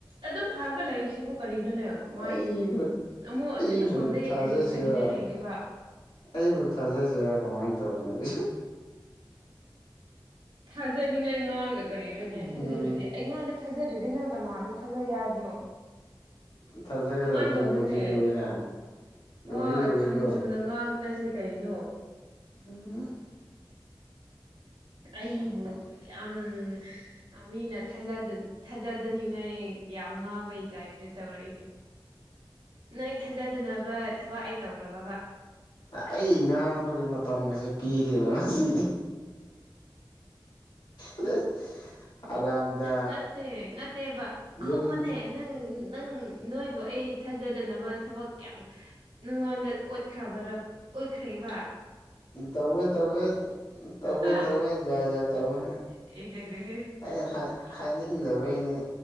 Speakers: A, on the right; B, on the left.
A: ꯑꯗꯨꯝ ꯐꯔꯒ ꯂꯩꯔꯤꯁꯤꯕꯨ ꯀꯔꯤꯅꯣꯅꯦ ꯃꯥꯏ
B: ꯑꯩꯕꯨ
A: ꯑꯃꯨꯛ ꯑꯁꯤ
B: ꯑꯩꯕꯨ
A: ꯑꯁꯣꯝꯗꯒꯤ
B: ꯊꯥꯖꯁꯤꯔꯥ
A: ꯀꯔꯤ ꯐꯅꯤꯡꯉꯥꯏ ꯂꯩꯒꯦꯕ
B: ꯑꯩꯕꯨ ꯊꯥꯖꯁꯤꯔꯥ ꯀꯃꯥꯏ ꯇꯧꯗꯣꯏꯅꯣ
A: ꯊꯥꯖꯅꯤꯡꯉꯥꯏ ꯉꯥꯡꯔꯒ ꯀꯔꯤꯔꯅꯦ
B: ꯎꯝ
A: ꯊꯥꯖꯜꯂꯗꯤ ꯑꯩꯉꯣꯟꯗ ꯊꯥꯖꯗ꯭ꯔꯗꯤ ꯅꯪ ꯀꯅꯥꯗ ꯊꯥꯖꯒꯦ ꯍꯥꯏꯕꯅꯣ
B: ꯊꯥꯖꯒꯗꯕꯗ
A: ꯑꯗꯨꯃꯥꯏꯅ ꯇꯧꯅꯨꯅꯦ
B: ꯂꯨꯗꯤ ꯂꯨꯋꯦꯍꯦ
A: ꯋꯥ
B: ꯂꯨꯗꯤ ꯂꯨꯋꯦꯀꯣ
A: ꯆꯨꯝ ꯆꯨꯝꯅ ꯉꯥꯡꯅꯁꯦ ꯀꯩꯅꯣ
B: ꯎꯝ
A: ꯑꯩꯕꯨ ꯌꯥꯝ ꯑ ꯃꯤꯅ ꯊꯥꯖꯗ ꯊꯥꯖꯗꯅꯤꯡꯉꯥꯏ ꯌꯥꯝ ꯉꯥꯡꯕꯩ ꯇꯥꯏꯞꯇ ꯇꯧꯔꯛꯏꯅꯦ ꯅꯣꯏ ꯊꯥꯖꯗꯅꯕ ꯊꯕꯛ ꯑꯩ ꯇꯧꯈ꯭ꯔꯕꯕꯥ
B: ꯑꯩ ꯉꯥꯡꯕꯒꯤ ꯃꯇꯝꯒꯁꯦ ꯄꯤꯗꯦꯕ ꯉꯁꯤ ꯑꯗ ꯑꯔꯥꯝꯗꯥ
A: ꯅꯠꯇꯦ ꯅꯠꯇꯦꯕ ꯈꯨꯝꯃꯨꯅꯦ
B: ꯌꯨꯝ
A: ꯅꯪ ꯅꯪ ꯅꯣꯏꯕꯨ ꯑꯩ ꯊꯥꯖꯗꯅꯕ ꯊꯕꯛ ꯀꯌꯥꯝ ꯅꯪꯉꯣꯟꯗ ꯑꯣꯠ ꯀꯕꯔ ꯑꯞ ꯑꯣꯏꯈ꯭ꯔꯩꯕ
B: ꯇꯧꯋꯦ ꯇꯧꯋꯦ ꯇꯧꯋꯦ
A: ꯍꯥ
B: ꯇꯧꯋꯦ ꯖꯥꯠ ꯖꯥꯠ ꯇꯧꯋꯦ
A: ꯑꯦꯁ ꯑꯦꯁ
B: ꯑꯩ ꯍꯥꯏꯅꯤꯡꯗꯕꯩꯅꯤ